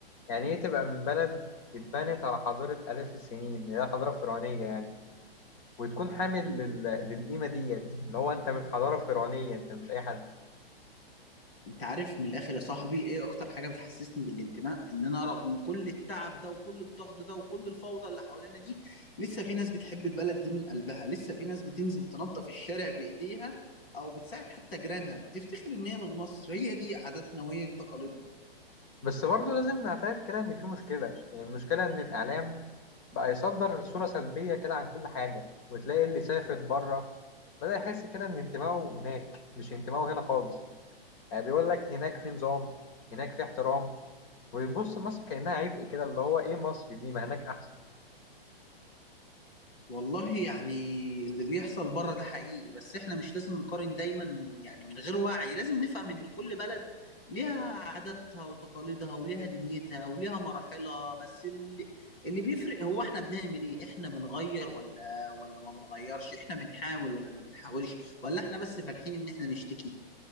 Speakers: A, on the left (about 35°); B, on the left (about 70°).
A: يعني ايه تبقى من بلد اتبنت على حضارة آلاف السنين اللي هي حضارة فرعونية يعني وتكون حامل لل... للقيمة ديت اللي هو انت من حضارة فرعونية انت مش اي حد
B: انت عارف من الاخر يا صاحبي ايه اكتر حاجه بتحسسني بالانتماء ان انا رغم كل التعب ده وكل الضغط ده وكل الفوضى اللي حوالينا دي لسه في ناس بتحب البلد دي من قلبها لسه في ناس بتنزل تنظف الشارع بايديها او بتساعد حتى جيرانها بتفتخر ان هي من مصر هي دي عاداتنا وهي دي تقاليدنا
A: بس برضه لازم نعترف كده ان في مشكلة يعني المشكلة ان الاعلام بقى يصدر صورة سلبية كده عن كل حاجة وتلاقي اللي سافر بره بدأ يحس كده ان انتمائه هناك مش انتمائه هنا خالص يعني بيقول لك هناك في نظام هناك في احترام وبيبص مصر كأنها عبء كده اللي هو ايه مصر دي ما هناك احسن
B: والله يعني اللي بيحصل بره ده حقيقي بس احنا مش لازم نقارن دايما يعني من غير وعي لازم نفهم ان كل بلد ليها عاداتها وتقاليدها وليها دنيتها وليها مراحلها بس اللي, اللي بيفرق هو احنا بنعمل ايه احنا بنغير ولا ولا ما بنغيرش احنا بنحاول ولا ما بنحاولش ولا احنا بس فالحين ان احنا نشتكي